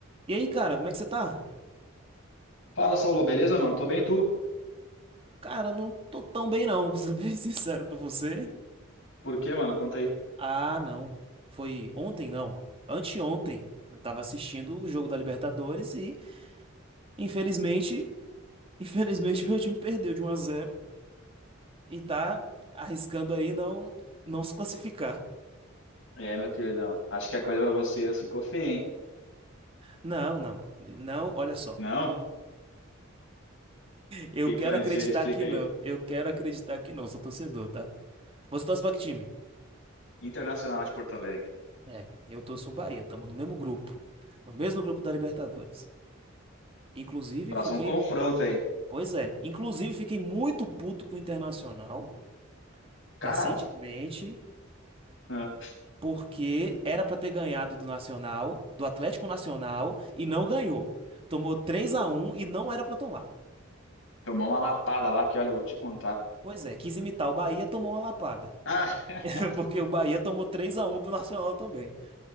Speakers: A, on the right; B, on the left.
A: E aí, cara, como é que você tá?
B: Fala, Saulo, beleza, mano? Tô bem, tu?
A: Cara, eu não tô tão bem não, <laughs> pra ser bem <laughs> sincero pra você.
B: Por quê, mano? Conta aí.
A: Ah, não. Foi ontem, não. Anteontem. Eu tava assistindo o jogo da Libertadores e, infelizmente, infelizmente <laughs> meu time perdeu de um a zero e tá arriscando aí não não se classificar.
B: É, meu queridão, acho que a coisa pra você ficou feia, hein?
A: Não, não. Não, olha só.
B: Não? O
A: Eu
B: que
A: quero
B: que tu vai
A: acreditar
B: me dizer? <laughs> Explica
A: que
B: aí.
A: não. Eu quero acreditar que não. Sou torcedor, tá? Você torce pra que time?
B: Internacional de Porto Alegre.
A: É, eu torço o Bahia. Tamo no mesmo grupo. No mesmo grupo da Libertadores. Inclusive,
B: Próximo
A: fiquei.
B: confronto, hein?
A: Pois é. Inclusive, fiquei muito puto com o Internacional recentemente,
B: Cara, ah,
A: porque era pra ter ganhado do Nacional, do Atlético Nacional, e não ganhou. Tomou 3 a um e não era pra tomar.
B: tomou uma lapada lá que, olha, eu vou te contar.
A: Pois é, quis imitar o Bahia, tomou uma lapada.
B: Ah, <laughs>
A: <laughs> Porque o Bahia tomou 3 a um do Nacional também.